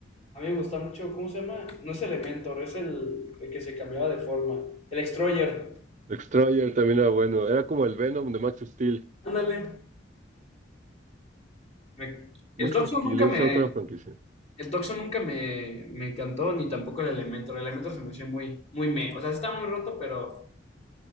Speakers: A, on the left; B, on the right.
A: A mí me gusta mucho, ¿cómo se llama? No es Elementor, es el, el que se cambiaba de forma. El Extroyer.
B: Destroyer también era bueno, era como el Venom de Max Steel.
A: Ándale. Me- el
B: Max
A: Toxo
B: Steel
A: nunca
B: es
A: me,
B: otra franquicia.
A: el Toxo nunca me, me encantó, ni tampoco el Elementor. El Elementor se me hacía muy, muy me. O sea, está muy roto, pero,